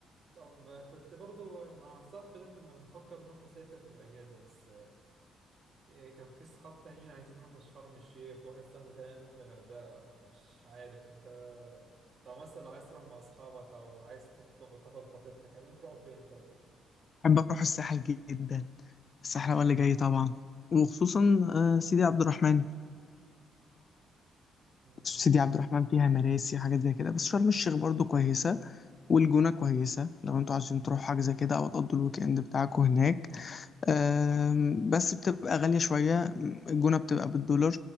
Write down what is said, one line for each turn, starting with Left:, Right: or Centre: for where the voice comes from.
Right: طب كنت برضو مع صاحبي ده كنا بنفكر نروح نسافر في الأجازة بس إيه، كان في صحاب تانيين عايزين نروح شرم الشيخ وواحد صاحبي تاني عايز يروح الغردقة فمش عارف انت لو مثلا لو عايز تروح مع أصحابك أو عايز تخطب وتاخد خطيبتك عايزين تروحوا فين طيب؟
Left: بحب أروح الساحل جدا الساحل هو اللي جاي طبعا وخصوصا آه، سيدي عبد الرحمن
Right: مم.
Left: سيدي عبد الرحمن فيها مراسي حاجات زي كده بس شرم الشيخ برضو كويسة والجونة كويسة لو انتوا عايزين تروحوا حاجة زي كده أو تقضوا الويك إند بتاعكم هناك آم، بس بتبقى غالية شوية الجونة بتبقى بالدولار